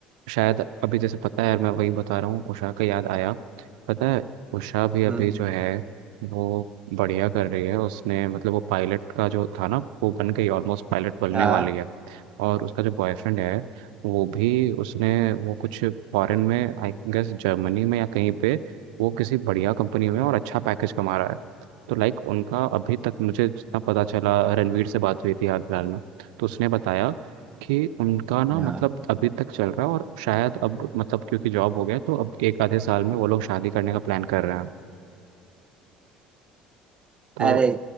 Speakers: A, on the right; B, on the right.
A: शायद अभी जैसे पता है यार मैं वही बता रहा हूँ उषा का याद आया पता है उषा भी अभी
B: हम्म
A: जो है वो बढ़िया कर रही है उसने मतलब वो पायलट का जो था ना वो बन गई ऑलमोस्ट पायलट बनने
B: हाँ
A: वाली है और उसका जो बॉयफ्रेंड है वो भी उसने वो कुछ फॉरेन में आई गेस जर्मनी में या कहीं पे वो किसी बढ़िया कंपनी में और अच्छा पैकेज कमा रहा है तो लाइक उनका अभी तक मुझे जितना पता चला रणवीर से बात हुई थी हाल फिलहाल में तो उसने बताया कि उनका ना
B: हाँ
A: मतलब अभी तक चल रहा है और शायद अब मतलब क्योंकि जॉब हो गया तो अब एक आधे साल में वो लोग शादी करने का प्लान कर रहे हैं तो
B: अरे